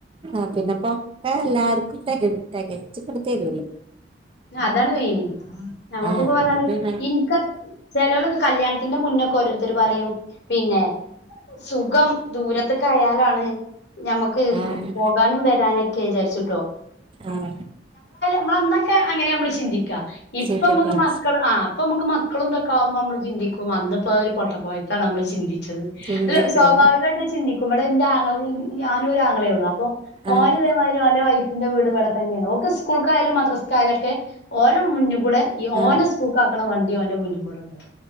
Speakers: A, on the right; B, on the left.
A: ഒക്കെ എല്ലാർക്കും തക തകച്ചി <unintelligible>
B: അതാണ് മേയ്ന് നമ്മുക്കിപ്പോ
A: ആഹ്
B: പറഞ്ഞാതിരി
A: അപ്പൊ പിന്നെ
B: ഇൻക്ക് ചേലോലൊക്കെ കല്യാണത്തിന്റെ മുന്നൊക്കെ ഓരോരുത്തര് പറയും പിന്നെ ക്കം ദൂരത്ത്ക്ക് ആയാലാണ് ഞമ്മുക്ക്
A: ആഹ്
B: പോകാനും വരാനൊക്കെ വിചാരിച്ചിട്ടോ
A: ആഹ
B: മ്മളന്നൊക്കെ അങ്ങനെയ മ്മ്ള് ചിന്തിക്ക ഇപ്പം
A: ചിന്തിക്കാം
B: മ്മക്ക് മക്കള് ആ ഇപ്പമ്മക്ക് മക്കളന്തൊക്കാവുമ്പോ മ്മള് ചിന്തിക്കും പ്പോ വന്നപ്പോ ഒരു പൊട്ട പോയത്താണ് നമ്മള് ചിന്തിച്ചത്
A: ചിന്തിച്ചത്
B: അല്ല സ്വാഭാവികായിട്ട് ചിന്തിക്കും ഇവടെന്റെ ആങ്ങ ഞാനൂ ഒരാങ്ങളെയെള്ളൂ അപ്പോ ഓന്
A: ആഹ്
B: ഇതേമാരി ഓന്റെ വൈഫിന്റെ വീട് വിടെ തന്നെയാണ് ഓക്ക് സ്കൂള് മദ്രസ്‌കയാലൊക്കെ ഓലെ മുന്ന് കൂടെ ഈ ഓന
A: ആഹ്
B: സ്ക്കൂക്കാക്കണ വണ്ടി ഓന്റെ മുന്ന് കൂടെ പോവും